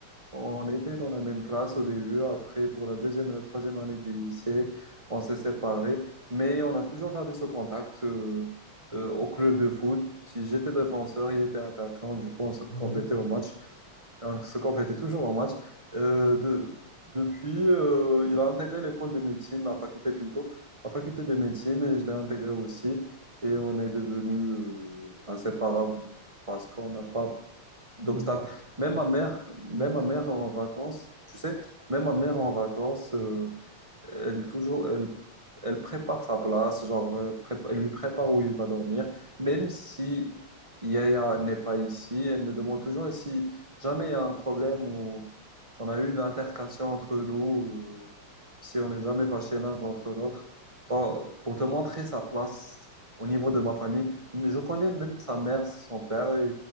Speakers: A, on the right; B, on the left.
A: on était dans la même classe au début, après pour la deuxième et la troisième année du lycée, on s'est séparés, mais on a toujours gardé ce contact euh, euh, au club de foot. Si j'étais défenseur, il était attaquant, du coup on se
B: ouais.
A: complétait
B: Ouais.
A: au match, Et on se complétait toujours au match. Euh, de- depuis, euh, il a intégré l'école de médecine, ma faculté plutôt, ma faculté de médecine, et je l'ai intégré aussi, et on est devenus euh, inséparables parce qu'on n'a pas d'obstacles.
B: Ben, c'est-
A: Même ma mère,
B: ouais.
A: même ma mère en vacances, tu sais, même ma mère en vacances, euh, elle toujours, elle, elle prépare sa place, genre, elle, prépa- elle lui prépare où il va dormir, même si Yaya n'est pas ici, elle me demande toujours et si jamais il y a un problème ou on a eu une altercation entre nous, euh, si on n'est jamais fâché l'un contre l'autre. Tant- Pour te montrer sa place au niveau de ma famille, mais je connais même sa mère, son père, et